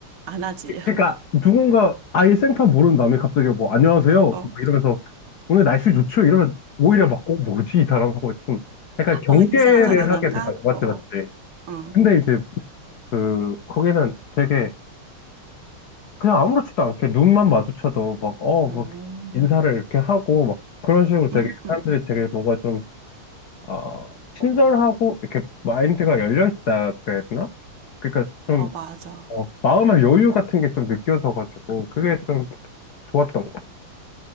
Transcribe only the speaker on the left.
그러니까
누군가 아예 생판 모르는 남이 갑자기 뭐 안녕하세요 뭐
이러면서 오늘 날씨 좋죠 이러면 오히려 막 어, 뭐지 이 사람 하고 좀 약간 경계를
하게 되잖아. 느 맞지
맞지.
근데 이제 그 거기는 되게 그냥 아무렇지도 않게 눈만 마주쳐도 막, 어,
막 인사를 이렇게 하고 막 그런 식으로 되게
사람들이 되게 뭐가 좀, 어, 친절하고 이렇게 마인드가 열려있다 그래야 되나? 그러니까 좀,
어, 마음의 여유 같은 게 좀 느껴져가지고 그게 좀 좋았던 거.